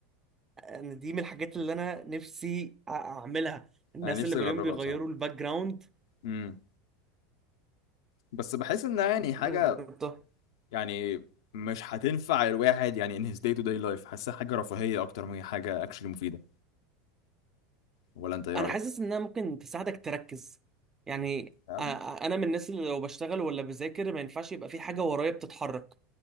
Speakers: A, on the right (about 20°); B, on the left (about 80°).
A: انا دي من الحاجات اللي انا نفسي أ- اعملها الناس
B: انا نفسي
A: اللي بلاقيهم
B: اجربها
A: بيغيروا
B: بصراحه
A: الباك جراوند
B: امم بس بحس انها يعني حاجه
A: عمري ما جربتها
B: يعني مش هتنفع الواحد يعني in his day to day life حاسها حاجه رفاهيه اكتر ما هي حاجه اكشلي مفيده ولا انت ايه
A: انا
B: رايك
A: حاسس انها ممكن تساعدك تركز يعني
B: فعلا؟
A: أ- أ- انا من الناس اللي لو بشتغل ولا بذاكر ما ينفعش يبقى في حاجه ورايا بتتحرك